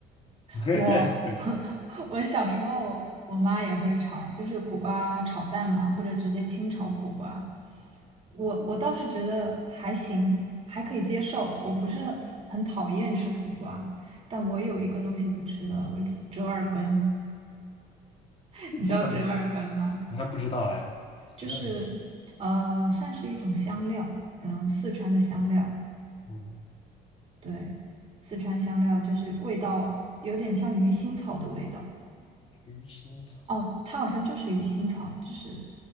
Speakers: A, on the left; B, on the right.
A: <laughs>
B: 我 <laughs> 我小时候我妈也会炒，就是苦瓜炒蛋嘛，或者直接清炒苦瓜。我我倒是觉得还行，还可以接受。我不是很很讨厌吃苦瓜，但我有一个东西不吃的，我折折耳根。<laughs> 你知道折耳根吗？
A: 我还没，我还不知道哎。
B: 就是呃，
A: 这样
B: 算是一种香料，嗯，四川的香料，
A: 嗯
B: 对，四川香料就是味道有点像鱼腥草的味道。
A: 鱼腥草，
B: 哦，它好像就是鱼腥草，就是